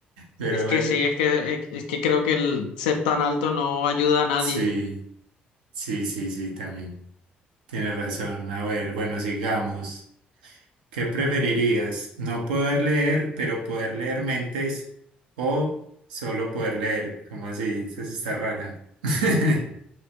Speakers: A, on the right; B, on the left.
A: Pero
B: es
A: bueno,
B: que sí, es que, es que creo que el ser tan alto no ayuda a nadie.
A: sí, sí, sí, sí, también. Tienes razón. A ver, bueno, sigamos. ¿Qué preferirías? ¿No poder leer, pero poder leer mentes o solo poder leer? ¿Cómo así? Esa sí está rara. <laughs>